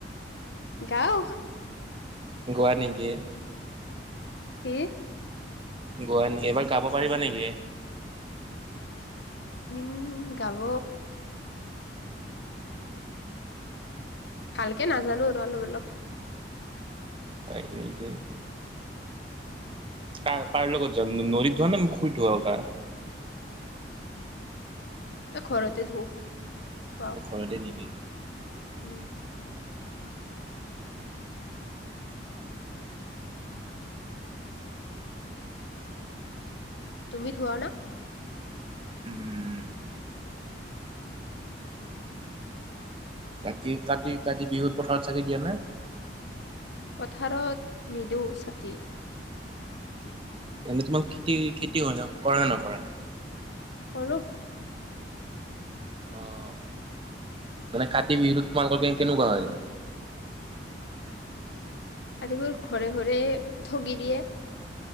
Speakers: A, on the left (about 70°); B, on the right (about 30°).
A: গাও।
B: গোৱা নেকি?
A: কি?
B: গোৱা নেকি? এবাৰ গাব পাৰিবা নেকি?
A: উম, গাব ভালকে নাজানোঁ‌ আৰু অলপ-অলপ।
B: হয় নেকি? কাৰ, কাৰ লগত যাম, নদীত ধুৱা নে পুখুৰীত ধুৱাও গা?
A: এ, ঘৰতে ধু। ধুৱাও
B: ঘৰতে নেকি?
A: উম। তুমি ধুৱা না?
B: উম। বাকী, কাতি-কাতি বিহুত পথাৰত চাকি দিয়া নে?
A: পথাৰত নিদিওঁ চাকি।
B: তেন্তে তোমাৰ খেতি-খেতি কৰা নে নকৰা?
A: কৰোঁ।
B: অহ, মানে কাতি বিহুত তোমালোকৰ কেনেকুৱা হয়?
A: কাতি বিহুত ঘৰে-ঘৰে ঠগি দিয়ে।